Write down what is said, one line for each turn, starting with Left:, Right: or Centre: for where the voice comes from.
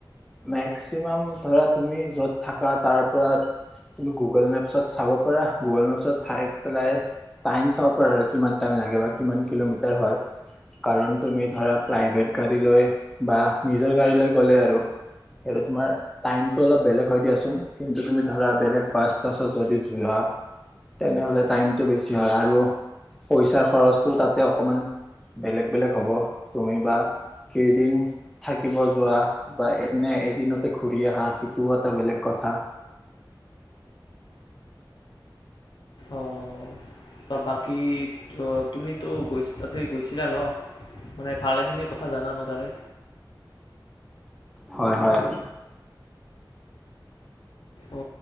Centre: মেক্সিমাম ধৰা তুমি য'ত থাকা তাৰ পৰা তুমি গুগল মেপছত চাব পাৰা। গুগল মেপছত চাই পেলাই টাইম চাব পাৰা আৰু কিমান টাইম লাগে বা কিমান কিলোমিটাৰ হয়, কাৰণ তুমি ধৰা প্ৰাইভেট গাড়ী লৈ বা নিজৰ গাড়ীলৈ গ'লে আৰু হেটো তোমাৰ টাইমটো অলপ বেলেগ হয় দিয়াচোন কিন্তু তুমি ধৰা বেলেগ বাছ-চাছত যদি যোৱা তেনেহ'লে টাইমটো বেছি হয় আৰু পইচাৰ খৰচটো তাতে অকণমান বেলেগ বেলেগ হ'ব তুমি বা কেইদিন থাকিব যোৱা বা এনে এদিনতে ঘুৰি আহা সিটোও এটা বেলেগ কথা।
Left: অ ত বাকী তুমিতো গৈ তাতে গৈছিলা ন মানে ভালখিনি কথা জানা ন তাৰে।
Centre: হয়, হয়।
Left: অ